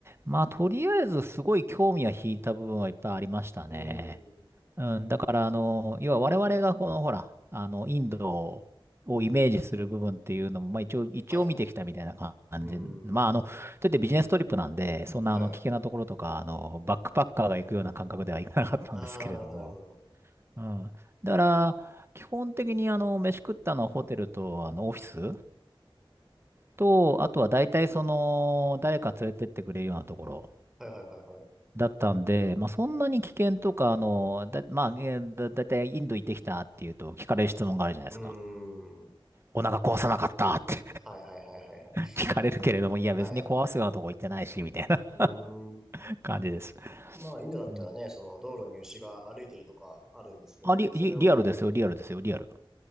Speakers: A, on the right (about 25°); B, in the centre.
A: まあ、とりあえずすごい興味は引いた部分はいっぱいありましたね。
B: うーん。
A: うん、だから、あの、要は我々がこの、ほら、あの、インドをイメージする部分っていうのも、まあ一応、一応見てきたみたいな感じ。
B: はい。うーん。
A: まあ、あの、といってビジネストリップなんで、そんな、
B: はい。
A: あの、危険なところとか、あの、バックパッカーが行くような感覚ではいかなかったんですけれども。
B: ああ、なるほど、なるほど。
A: うん。だから、基本的に、あの、飯食ったのはホテルと、あの、オフィスと、あとは大体その、誰か連れてってくれるようなところ。
B: はいはいはいはい。
A: だったんで、まあ、そんなに危険とか、あの、だ、まあ、えーだ、だいたいインド行ってきたっていうと聞かれる質問があるじゃないですか。
B: うーん。は
A: お腹壊さなかったって
B: いはいはいはいはい。
A: <laughs> 聞かれるけれども、いや別に壊すようなとこ行ってないし、
B: はい。
A: みたいな
B: うーん。
A: <laughs> 感じです。
B: まあ、インドだったらね、
A: うん
B: その道路に牛が歩いてるとかあるんですけど、
A: あ、リ、
B: それを、
A: リ、リアルですよ、リアルですよ、リアル。